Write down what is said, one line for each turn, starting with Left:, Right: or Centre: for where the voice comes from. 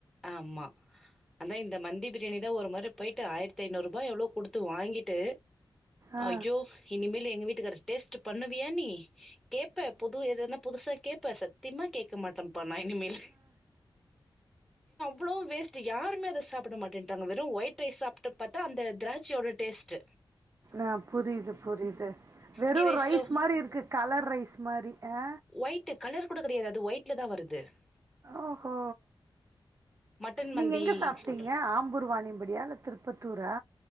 Centre: ஆமா அதா இந்த மந்தி பிரியாணிதா ஒரு மாரி போயிட்டு ஆயிரத்தி ஐநூறுரூவா எவ்ளோ குடுத்து வாங்கிட்டு
Right: ஆ
Centre: அய்யோ இனிமேல் எங்க வீட் ட்டுகாரு டேஸ்ட் பண்ணுவியா நீ கேப்ப புது எதுன புதுசா கேப் ப்ப சத்திமா கேக்கமாட்டே ப்பா நா இனிமேலு வ்ளோ வேஸ்ட் யாருமே அத சாப்பிட மாட்டேன்ட்டாங்க வெ ரு ஒயிட் ரைஸ் சாப்பிட்டு பாத்தா அந்த திரா ச்சி ஓட டேஸ்ட்
Right: ஆ புரியுது புரியுது வெறு
Centre: கீ ரைஸ்ல
Right: ரைஸ் மாரி இருக்கு கலர் ரைஸ் மாரி அ
Centre: ஒயிட் கலர் கூட கெடையாது அது ஒயிட்ல தா வருது த்து
Right: ஓஹோ
Centre: மட்டன்
Right: நீங்க
Centre: மந்தி
Right: எங்க சாப்ட்டீங்க
Centre: போட்டோம்.
Right: ஆம்பூர்வணிபடி இல்ல திருப்பத் த்தூறா